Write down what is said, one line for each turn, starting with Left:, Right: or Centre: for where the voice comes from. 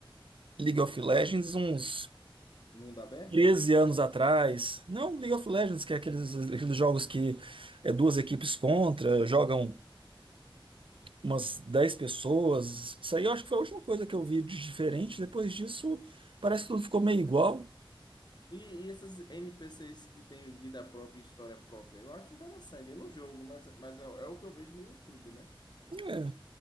Right: League of Legends, uns
Left: Mundo aberto?
Right: 13 anos atrás. Não League of Legends, que é aqueles, aqueles jogos que é duas equipes contra, jogam umas 10 pessoas. Isso aí eu acho que foi a última coisa que eu vi de diferente. Depois disso, parece que tudo ficou meio igual.
Left: E, e esses NPCs que têm vida própria e história própria? Eu acho interessante. Eu não jogo, mas, mas é, é o que eu vejo no YouTube, né?
Right: É,